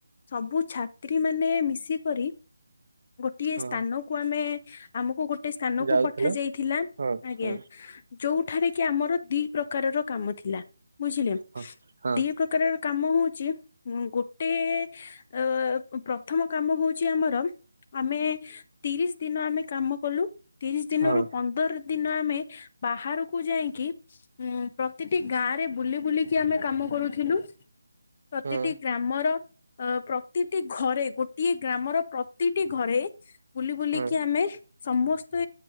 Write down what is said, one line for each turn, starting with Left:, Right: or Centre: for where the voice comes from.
Left: ସବୁ ଛାତ୍ରୀ ମାନେ ମିଶିକରି ଗୋଟିଏ
Right: ହଁ।
Left: ସ୍ଥାନକୁ କୁ ଆମେ ଆମକୁ ଗୋଟେ ସ୍ଥାନକୁୁ
Right: ଯାଉଥିଲ?
Left: ପଠାଯାଇଥିଲା।
Right: ହଁ
Left: ଆଜ୍ଞା।
Right: ହଁ
Left: ଯୋଉଠାରେ କି ଆମର ଦି ପ୍ରକାରର କାମ ଥିଲା। ବୁଝିଲେ
Right: ହଁ ହଁ
Left: ଦି ପ୍ର କାର କାମ ହଉଛି, ଗୋଟେ ଅ ପ୍ରଥମ କାମ ହଉଛି ଆମର, ଆମେ ତିରିଶ ଦିନ ଆମେ କାମ କଲୁ ତିରିଶ ଦିନରୁ
Right: ହଁ
Left: ପନ୍ଦର ଦିନ ଆମେ ବାହାରକୁ ଯାଇକି ଉଁ ପ୍ରତିଟି ଗାଁରେ ବୁଲି ବୁଲିକି ଆମେ କାମ କରୁଥିଲୁ। ପ୍ରତିଟି
Right: ହଁ।
Left: ଗ୍ରାମର ଅ ପ୍ରତିଟି ଘରେ ଗୋଟିଏ ଗ୍ରାମର ପ୍ରତିଟି ଘରେ ବୁଲି ବୁଲିକି
Right: ହଁ
Left: ଆମେ ସମସ୍ତେ